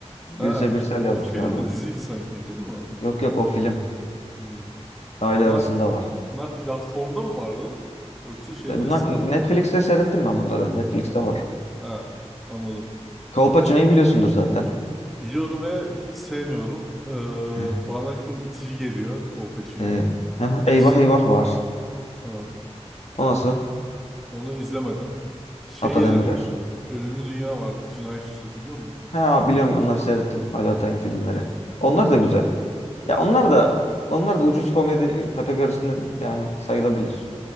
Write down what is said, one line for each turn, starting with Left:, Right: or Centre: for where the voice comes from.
Left: e,
Centre: Ha,
Left: Gülse Birsel
Centre: o
Left: yazmış
Centre: film
Left: galiba.
Centre: mi diziydi sanki? Film mi o?
Left: Yok yok o film
Centre: Hmm.
Left: Aile
Centre: Bunlar
Left: Arasında var.
Centre: bunlar platformda mı vardı? Yoksa şeyde
Left: E, bunlar
Centre: sinemada.
Left: Netflix'te seyrettim ben bunları. Netflix'te var.
Centre: Ha, anladım.
Left: Kolpaçino'yu biliyorsundur zaten.
Centre: Biliyorum ve hiç sevmiyorum. Ee,
Left: E,
Centre: bana çok itici geliyor Colpacino.
Left: e, aha,
Centre: Hiç
Left: Eyvah Eyvah var.
Centre: ha,
Left: O nasıl?
Centre: onu izlemedim. Şey
Left: Ata
Centre: izledim.
Left: Demirer.
Centre: Ölümlü Dünya vardı. Cinayet Süsü biliyor musun?
Left: Ha biliyorum onları seyrettim. Ali Atay'ın filmleri. Onlar
Centre: Hı hı.
Left: da güzel. Ya onlar
Centre: On,
Left: da onlar da ucuz komedi kategorisinde yani sayılabilir.